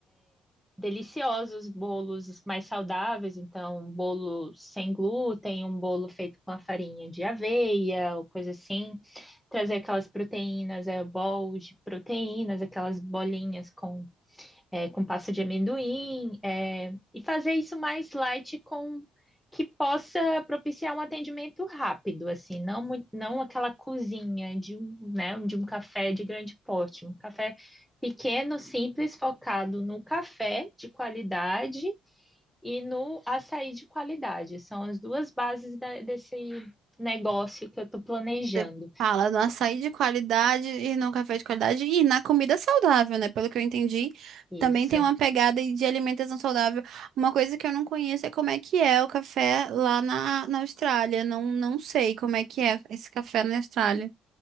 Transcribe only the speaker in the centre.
deliciosos bolos mais saudáveis, então um bolo sem glúten, um bolo feito com a farinha de aveia, ou coisa assim, trazer aquelas proteínas, é, bol de proteínas, aquelas bolinhas com é, com pasta de amendoim, é, e fazer isso mais light com que possa propiciar um atendimento rápido, assim, não, mui- não aquela cozinha de um, né, de um café de grande porte, um café pequeno, simples, focado no café de qualidade e no açaí de qualidade. São as duas bases da- desse negócio que eu estou planejando.
Isso.